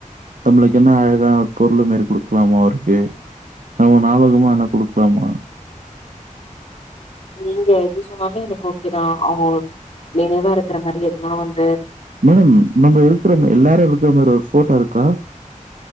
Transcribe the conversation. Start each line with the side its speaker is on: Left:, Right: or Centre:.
Right: தம்ப்ளுக்கு என்ன அழகான ஒரு பொருளு மேரி குடுக்லாமா அவுருக்கே நம்ம ஞாபகமா என்னா குடுக்லாமா
Left: நீங்க எது சொன்னாலு எனக்கு ஓகேதா அவுங்கோ நினைவா இருக்குற மாரி எதுனா வந்
Right: மேடம் நம்ப இருக்குற ம எல்லாரு இருக்குற மாரி ஒரு போட்டோ இருக்கா